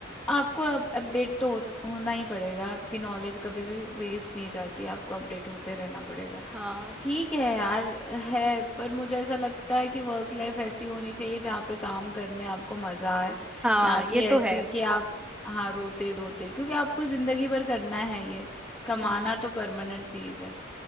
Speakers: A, on the left; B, in the centre.
A: आपको अब अपडेट तो हो, होना ही पड़ेगा आपकी नॉलेज कभी भी वेस्ट नहीं जाती आपको अपडेट होते रहना पड़ेगा
B: हाँ
A: ठीक है यार है पर मुझे ऐसा लगता है कि वर्क लाइफ ऐसी होनी चाहिए जहाँ पे काम करने आपको मजा आए
B: हाँ
A: ना
B: ये
A: कि ऐसे
B: तो है
A: कि आप हाँ रोते धोते क्योंकि आपको जिंदगी भर करना है ये कमाना
B: हम्म
A: तो परमानेंट चीज है